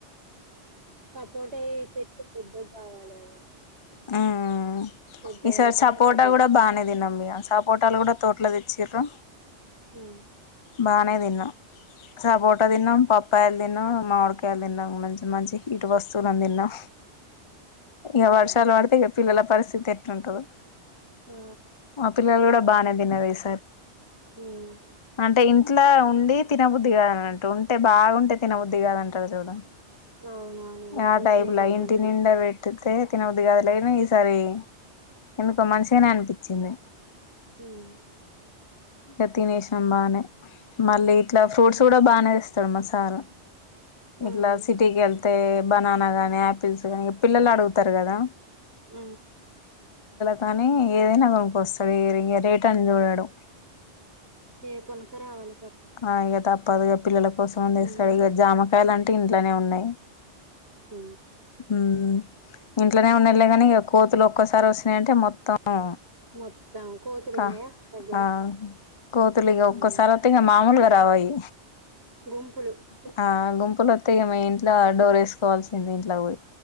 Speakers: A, on the right; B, on the left.
A: సపోట చెట్టు పెద్దగ కావాలి అవి
B: హ్హ్
A: పెద్దగా
B: ఈసారి
A: అయితేనే
B: సపోటాలు
A: సపోటా
B: కూడా బాగానే తిన్నము ఇగ సపోటాలు కూడా తోట్ల తెచ్చిన్రు
A: మ్మ్హ్
B: బాగానే తిన్నాం సపోటా తిన్నాం పప్పాయిలు తిన్నాం మామిడికాయలు తిన్నాం మంచి మంచి ఇటు వస్తువులను తిన్నం ఇగ వర్షాలు
A: హ్మ్
B: పడితే ఇగ పిల్లల పరిస్థితి ఎట్లుంటదో
A: ఆ
B: మా పిల్లలు కూడా బానే తిన్నారు ఈ సారి
A: మ్మ్ హ్
B: అంటే ఇంట్లో ఉండి తినబుద్ది కాదనట్టు ఉంటే బాగుంటే తినబుద్ది కాదంటరు చూడు
A: అవునవును బాగుంటే
B: ఆ టైం
A: తినబుద్ధి
B: లా ఇంటి
A: కాదు
B: నిండా పెట్తే తిన బుద్ది కాదులే ఈసారి ఎందుకో మంచిగానే అనిపించింది
A: మ్మ్ హ్
B: ఇక తినేసినాం బానే మళ్ళీ ఇట్లా ఫ్రూట్స్ కూడా బానే తెస్తడు మా సారు
A: ఉమ్
B: ఇట్లా సిటీకి వెళ్తే బనానా గాని ఆపిల్స్ కాని పిల్లలు అడుగుతారు కదా
A: ఊ
B: కానీ ఏదైనా కొనుకస్తడు ఇక రేట్ అని చూడడు
A: ఏ కొనక రావాలే
B: ఆ ఇక తప్పదుగా పిల్లల కోసం అని తెస్తడు
A: ఉమ్
B: ఇక జామకాయలు అంటే ఇంట్లనే ఉన్నయి
A: ఊ
B: ఊ ఇంట్లనే ఉన్నయ్ లే కాని కోతులు ఒక్కసారి వచిన్నయంటే మొత్తం ఆ
A: మొత్తం కోతులు
B: క
A: ఉన్నాయా దగ్గర
B: ఆ కోతులిగా
A: ఉమ్
B: ఒక్కసారి అట్ మామూలుగా రావయి
A: గుంపులు ఉహు.
B: ఆ గుంపులో తెమే ఇంట్ల డోర్ వేసుకోవాల్సింది ఇంట్లకు పొయి